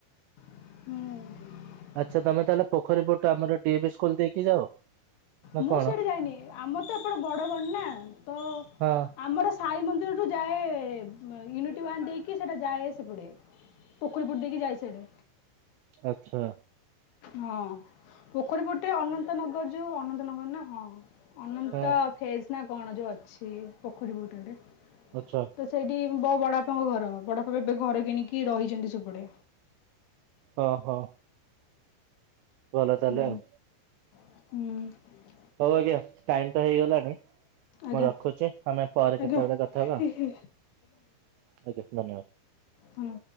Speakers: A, on the left; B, on the right.
A: ହୁଁ।
B: ଆଚ୍ଛା ତମେ ତାହେଲେ ପୋଖରୀ ପୂଟ ଆମର ଡି ଏ ଭି ସ୍କୁଲ ଦେଇକି ଯାଅ? ନା
A: ମୁଁ
B: କଣ?
A: ସେଇଠି ଯାଇନି ଆମର ତ ଏପଟେ ବଡଗଣ ନା ତ
B: ହଁ
A: ଆମର ସାଇ ମନ୍ଦିର ଠୁ ଯାଏ ୟୁନିଟ୍ ୱଆନ୍ ଦେଇକି ସେଟା ଯାଏ ସେପଟେ। ପୋଖରୀପୁୁଟ୍ ଦେଇକି ଯାଇ ସେପଟେ।
B: ଆଚ୍ଛା
A: ହଁ ପୋଖରୀ ପଟେ ଅନନ୍ତନଗର ଯୋଉ ଅନନ୍ତ ର ନା ହଁ ଅନନ୍ତ
B: ହଁ
A: ଫେଜ ନା କଣ ଯୋଉ ଅଛି ପୋଖରୀ ପଟରେ।
B: ଆଚ୍ଛା
A: ତ ସେଇଟି ମୋ ବଡ ବାପାଙ୍କ ଘର ବଡ ବାପା ଏବେ ଘର କିଣିକି ରହିଛନ୍ତି ସପଟେ।
B: ହ ହୋ। ଭଲ ତାହେଲେ
A: ହୁଁ।
B: ଆଉ।
A: ହୁଁ।
B: ହଉ ଆଜ୍ଞା ଟାଇମ ତ ହେଇଗଲାଣି।
A: ଆଜ୍ଞା
B: ମୁଁ ରଖୁଛି ଆମେ ପରେ
A: ଆଜ୍ଞା।
B: କେତେବେଳେ କଥା ହେବା।
A: ଏ
B: ଆଜ୍ଞା
A: ହେ
B: ଧନ୍ୟବାଦ।
A: ହଁ।